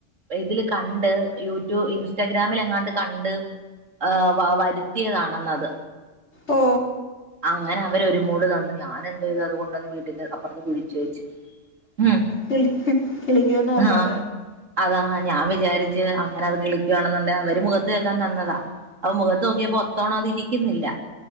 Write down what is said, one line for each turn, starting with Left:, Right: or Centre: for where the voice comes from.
Right: ഇതില് കണ്ട് യൂട്യൂബ് ഇൻസ്റ്റാഗ്രാമിൽ എങ്ങാണ്ട് കണ്ട്. ആ വരുത്തിയതാണെന്നത്.
Left: ഓ
Right: അങ്ങനെ അവര് ഒരുമൂട് തന്നേ ഞാൻ എന്ത് ചെയ്തു അതുകണ്ടന്ന് വീട്ടിന്റെ അപ്പുറത്ത് കുഴിച്ചു വെച്ച്. ഉം
Left: കിളി കിളിക്കോന്ന് നോക്കാം
Right: ആഹ അത ഞാൻ വിചാരിച്ചച്ച് അങ്ങനെ അത് കിളിക്കുകണെന്നുണ്ട അവര് മുഖത്ത് തേക്കാൻതന്നതാ. അത് മുഖത്ത് നോക്കിയപ്പോ ഒത്തവണം അതിരിക്കുന്നില്ല.